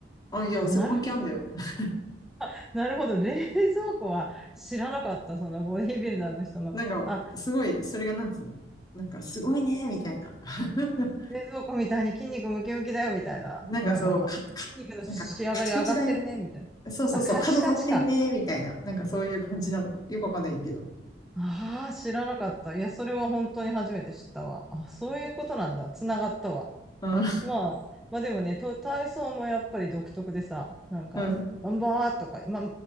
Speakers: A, on the left (about 20°); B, in the centre.
A: あ、いや、
B: あなるほど、
A: それ関係あんだよ。<laughs>
B: <laughs> なるほど、冷蔵庫は知らなかった、そのボディービルダーの人の。
A: なんか、
B: あ、
A: すごい、それがなんつうのなんか、すごいね、みたいな。<laughs>
B: 冷蔵庫みたいに筋肉ムキムキだよ、みたいな。
A: なんかそう、
B: なんかまあ、
A: か、か、
B: 筋肉の仕上がり上がってるね、
A: なんか、カチカチだよ。
B: みたい
A: そうそうそう、
B: な。あ、カチカチか。
A: 角立ってんね、みたいな。なんかそういう感じなのかな。よくわかんないけど。
B: ああ、知らなかった。いや、それは本当に初めて知ったわ。あ、そういうことなんだ。つながったわ。
A: うん、
B: まあ、まあでもね、と体操もやっぱり独特でさ、なんか、
A: うん、
B: ガンバーとか、まあ、